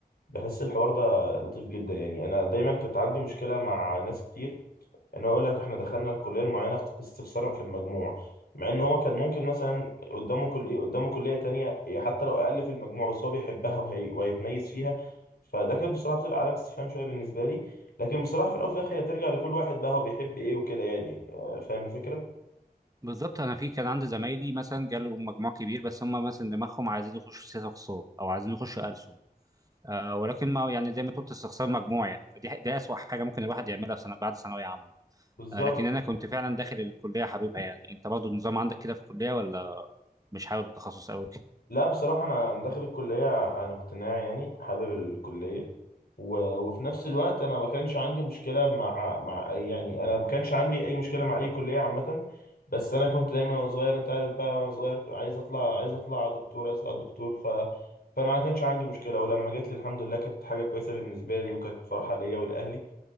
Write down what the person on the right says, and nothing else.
بالظبط انا في كان عندي زمايلي مثلا جاله مجموع كبير بس هم مثلا دماغهم عايزين يخشوا سياسه اقتصاد او عايزين يخشوا ألسن آه ولكن ما يعني زي ما قلت استخسار مجموع يعني فدي دي اسوأ حاجه ممكن الواحد يعملها في سنه بعد ثانويه عامه
آه لكن انا كنت فعلا داخل الكليه حبيبها يعني انت برضه النظام عندك كده في الكليه ولا مش حابب التخصص قوي